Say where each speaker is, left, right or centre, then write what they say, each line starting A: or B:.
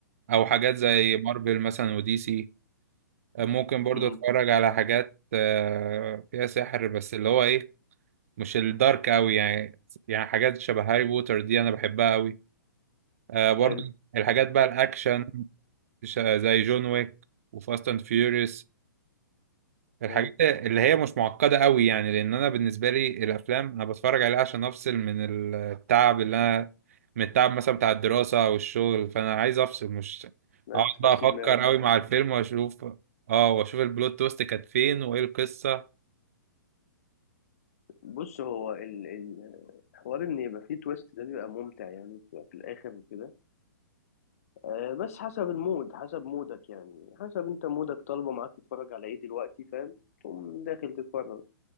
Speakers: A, on the right (about 45°); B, on the left (about 45°).
A: او حاجات زي مارفل مثلا ودي سي ممكن برضو
B: امم
A: اتفرج على حاجات آه، فيها سحر بس اللي هو ايه مش الدارك قوي يعني يعني حاجات شبه هاري بوتر دي انا بحبها قوي آه، برضو
B: حلو
A: الحاجات بقى الاكشن ش- زي جون ويك وفاست اند فيوريوس الحاجات
B: حلو
A: اللي هي مش معقدة قوي يعني لأن أنا بالنسبة لي الأفلام أنا بتفرج عليها عشان أفصل من التعب اللي أنا من التعب مثلا بتاع الدراسة أو الشغل فأنا عايز أفصل مش
B: عايز
A: أقعد
B: تفسي
A: بقى أفكر
B: دماغك
A: قوي مع الفيلم وأشوف أه وأشوف البلوت تويست كانت فين وإيه القصة
B: بص هو ال- ال- الحوار ان يبقى فيه تويست ده بيبقى ممتع يعني بتبقى في الاخر وكده آه، بس حسب المود حسب مودك يعني حسب انت مودك طالبه معاك تتفرج على ايه دلوقتي فاهم تقوم داخل تتفرج